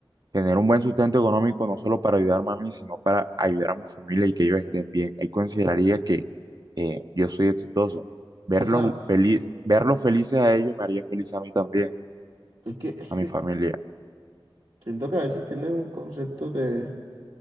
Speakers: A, on the right; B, on the right.
A: tener un buen sustento económico no solo para ayudarme a mí, sino para ayudar a mi familia y que ellos estén bien. Ahí consideraría que eh, yo soy exitoso. Verlos
B: O sea,
A: feliz, verlos felices a ellos me haría feliz a mí también,
B: es que, es
A: a
B: que
A: mi familia.
B: siento que a veces tienes un concepto de,